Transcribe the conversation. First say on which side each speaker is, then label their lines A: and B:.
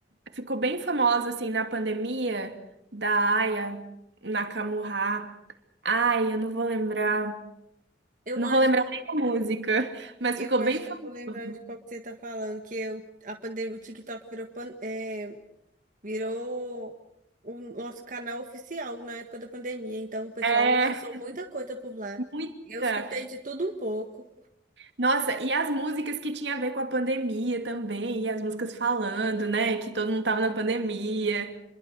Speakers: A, on the right (about 70°); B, on the right (about 45°).
A: ficou bem famosa assim na pandemia da Aya Nakamura. Ai, eu não vou lembrar,
B: Eu
A: não
B: acho
A: vou lembrar
B: que eu,
A: nem a música, mas
B: eu
A: ficou
B: acho
A: bem famosa.
B: que eu tô lembrando de qual que você tá falando, que eu, a pandemia, o TikTok virou, pan- é, virou o nosso canal oficial na época da pandemia, então o pessoal
A: É
B: lançou muita coisa por lá.
A: muita.
B: Eu escutei de tudo um pouco.
A: Nossa, e as músicas que tinha a ver com a pandemia também, e as músicas falando, né, que todo mundo tava na pandemia.